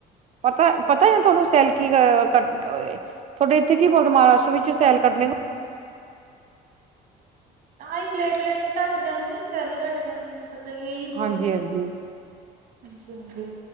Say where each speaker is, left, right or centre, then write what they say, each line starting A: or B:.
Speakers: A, on the right; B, on the right.
A: ਪਤਾ ਪਤਾ ਹੈ ਤੁਹਾਨੂੰ ਸੈਲ ਕੀ ਕੱ ਤੁਹਾਡੇ ਇੱਥੇ ਕੀ ਬੋਲਦੇ ਮਹਾਰਾਸ਼ਟਰ ਵਿੱਚ ਸੈਲ <inaudible> <unintelligible> ਕਰਨੇ ਨੂੰ
B: <inaudible> ਆ ਹੀ ਪਲੇਟਲੇਸ ਘੱਟ ਜਾਂਦੇ ਨੇ ਸੈੱਲ ਘੱਟ ਜਾਂਦੇ ਨੇ ਪਤਾ ਇਹੀ ਬੋਲਦੇ
A: ਹਾਂਜੀ
B: ਨੇ
A: ਹਾਂਜੀ
B: ਹਾਂਜੀ, ਹਾਂਜੀ